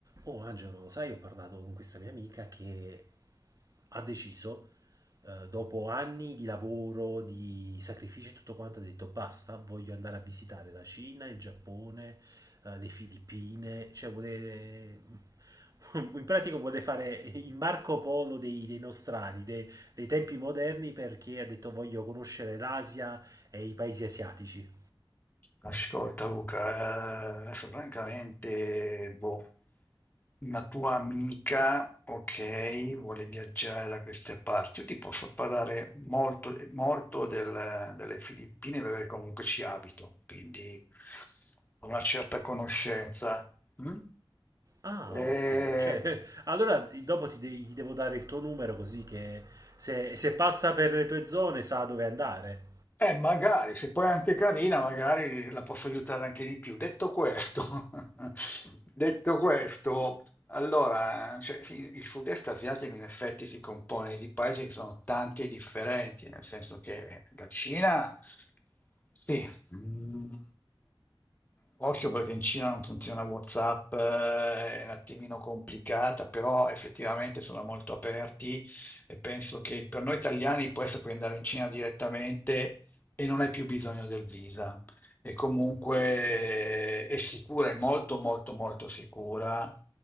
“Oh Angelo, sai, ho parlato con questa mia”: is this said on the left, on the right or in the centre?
Right